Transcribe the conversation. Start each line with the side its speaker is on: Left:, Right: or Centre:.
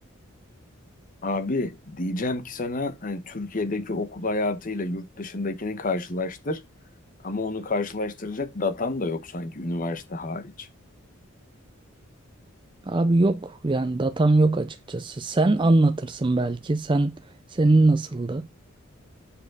Left: Abi diyeceğim ki sana hani Türkiye'deki okul hayatıyla yurt dışındakini karşılaştır ama onu karşılaştıracak datan da yok sanki üniversite hariç.
Right: Abi yok yani datam yok açıkçası. Sen anlatırsın belki. Sen senin nasıldı?